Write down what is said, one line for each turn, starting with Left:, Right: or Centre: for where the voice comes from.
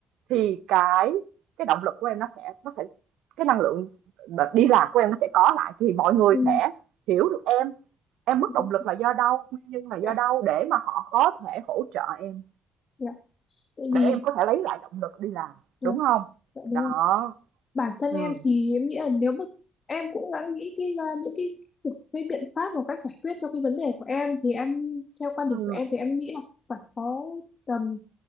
Right: thì cái cái động lực của em nó sẽ nó sẽ cái năng lượng đi làm của em nó sẽ có lại, thì mọi người
Left: ừ,
Right: sẽ hiểu được em, em mất
Left: ừ,
Right: động lực là do đâu, nguyên nhân là do
Left: dạ
Right: đâu để mà họ có thể hỗ trợ em
Left: Dạ, Tại
Right: để
Left: vì
Right: em có thể lấy lại động lực đi làm
Left: dạ,
Right: đúng không
Left: dạ
Right: đó
Left: đúng rồi. Bản thân
Right: ừ
Left: em thì em nghĩ là nếu mà em cũng đã nghĩ cái ra những cái kiểu cái biện pháp và cách giải quyết cho cái vấn đề của em thì em theo quan điểm
Right: ừ
Left: của em thì em nghĩ là phải có tầm